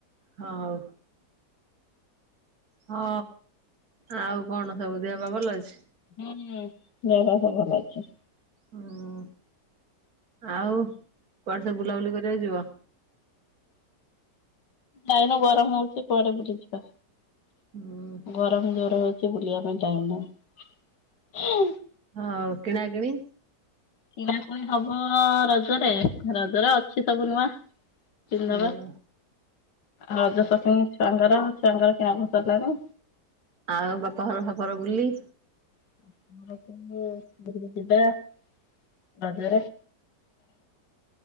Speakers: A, on the right; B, on the left.
A: ହଁ ଉ ହଉ ଆଉ କଣ ସବୁ ଦେହ ବା ଭଲ ଅଛି?
B: ହୁଁ ଦେହପା ସବୁ ଭଲ ଅଛି।
A: ହୁଁ ଆଉ କୁଆଡେ ସବୁ ବୁଲାବୁଲି କରିବାକୁ ଯିବ?
B: ଏଇନା ଗରମ ହଉଚି କୁଆଡେ ବୁଲିଯିବା।
A: ହୁଁ
B: ଗରମ ଜରେ ହଉ ଚି ବୁଲିବା ପାଇଁ ଟାଇମ୍ ନାହିଁ।
A: ହଉ କିଣା କିିଣି?
B: କିଣା କୁଣି ହବ ରଜରେ ରଜରେ ଅଛି ସବୁ ନୂଆ ପିନ୍ଦିଦବା।
A: ହୁଁ
B: ଆ ରଜ ସପିଂ ଛୁଆଙ୍କର ଛୁଆଙ୍କର କିଣା କୁଣି ସରିଲାଣି।
A: ଆଉ ବାପା ଘର ଫାପ ଘର ବୁଲି
B: <unintelligible> ଯିବା ରଜରେ।